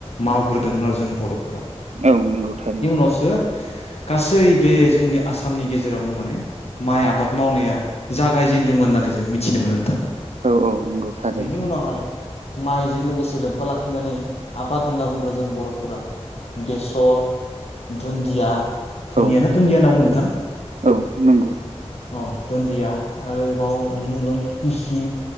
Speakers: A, on the left; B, on the right.
A: मावग्रोदोंमोन आरो जों बर'फोरा
B: औ नंगौ थारै
A: सो गासै बे जोंनि आसामनि गेजेरावनो माने माइ आबाद मावनाया जागायजेनदोंमोन होननानै जों मिथिनो मोनो नोंथां।
B: औ औ नंगौ
A: बिनि
B: थारैनो
A: उनावहाय माइजों लोगोसे लोब्बा लाखिनानै आबाद होनना बुंबा जों बर'फोरा बेसर दुन्दिया दुन्दियाानो
B: औ
A: दुन्दिया होनना बुंङो नोंथां?
B: औ नंगौ
A: अ दुन्दिया आरो बाव नुनो मोनगोन तिसि